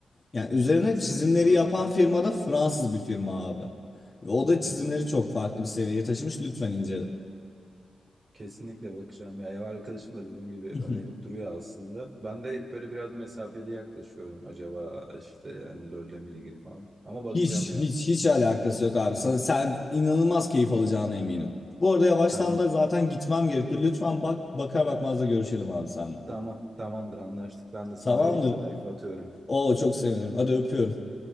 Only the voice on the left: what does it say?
Yani üzerine
çizimleri
yapan firma da Fransız bir firma abi. Ve o da çizimleri
çok farklı bir seviyeye taşımış. Lütfen incele.
<laughs>
Hiç
hiç hiç alakası yok abi. Sen, sen inanılmaz keyif alacağına eminim. Bu arada yavaştan
da zaten gitmem gerekiyor. Lütfen bak bakar bakmaz da görüşelim abi seninle.
Tamamdır.
Oo çok sevinirim. Hadi öpüyorum.